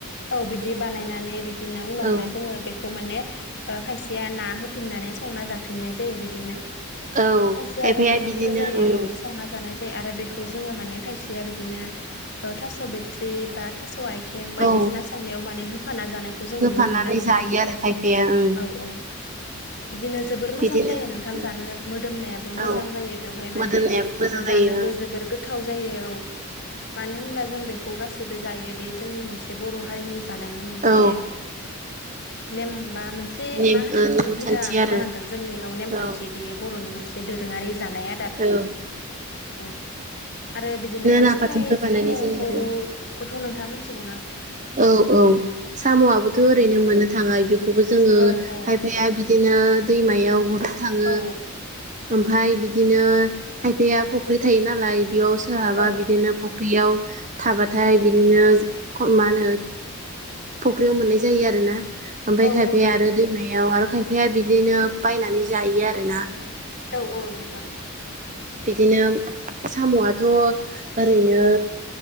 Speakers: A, on the left; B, on the right.
A: औ बिदि बानायनानै बिदिनो उनावहाय
B: औ
A: जोंङो बेखौ माने खायसेया ना होफिननानै संना जाफिननाय जायो बिदिनो
B: औ
A: सासे
B: खायफाया
A: आरो नाफाम
B: बिदिनो
A: गोजायो
B: ओं
A: औ संना जानाय आरो बेखौ जोंङो माने खायसेया बिदिनो थास' बिथट्रि बा थास' आइ थें बायदिसिना
B: औ
A: होफाना जानायखौ जों
B: होफानानै
A: नुनो मोना नोंथां
B: जायो आरो खायफाया ओं
A: औ औ बिदिनो जोबोर मोजां
B: बिदिनो
A: जायो नोंथां
B: उम
A: जानो मोदोमनायाबो मोजां
B: औ
A: जायो बेवहाय
B: मोदोमनायाबो
A: माने
B: मोजां जायो
A: जा नोबो
B: ओं
A: जोबोर गोथाव जायो औ मानो होनब्ला जों बेखौ गासैबो जायो बे जोंनि मोनसे बर' हारिनि जानायनि मोनसे
B: औ
A: नेम बा मोनसे
B: नेम
A: मा होनो
B: ओ
A: बेखौ
B: नेमखान्थि
A: हुदा
B: आरो
A: जानांगोन जोंनियाव नेमखान्थि
B: औ
A: बेयो बर'नि मोनसे दोरोंङारि जानाय आदार
B: औ
A: औ आरो बिदिनो
B: ना
A: सबाय
B: बाथोनखौ बानायनाय
A: साम'खौबोथ'
B: जायो आरो
A: नोंथांङा मिथिगौना
B: औ औ साम'आबोथ' ओरैनो मोननो थांङा बेखौबो जोंङो
A: औ औ
B: खायफाया बिदि बिदिनो दैमायाव गुरनो थांङो
A: औ
B: ओमफफ्राय बिदिनो खायफाया फुख्रि थायो नालाय बेयाव सोरहाबा
A: औ
B: बिदिनो फुख्रियाव थाबाथाय बिदिनो मा होनो फख्रियाव मोननाय जायो आरो ना । ओमफ्राय
A: औ
B: खायफाया
A: औ नोंथां
B: आरो दैमायाव आरो खायफाया बिदिनो बायनानै जायो आरोना ।
A: औ औ नोंथां ।
B: बिदिनो साम'आथ' ओरैनो